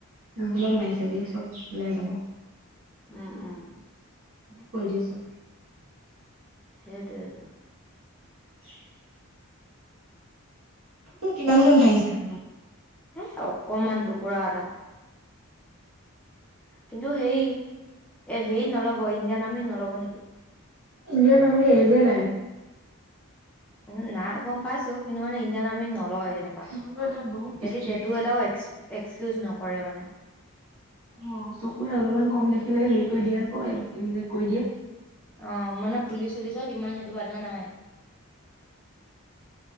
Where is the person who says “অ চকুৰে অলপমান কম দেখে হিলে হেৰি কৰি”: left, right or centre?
Right